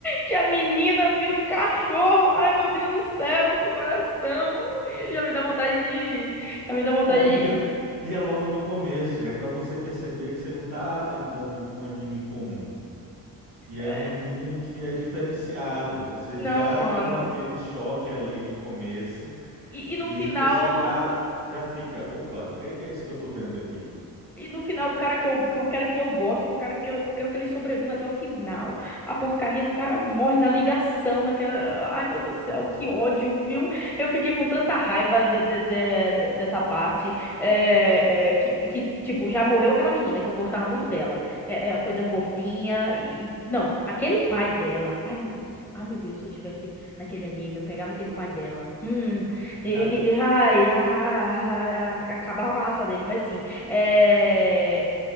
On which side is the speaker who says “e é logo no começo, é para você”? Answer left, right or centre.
Right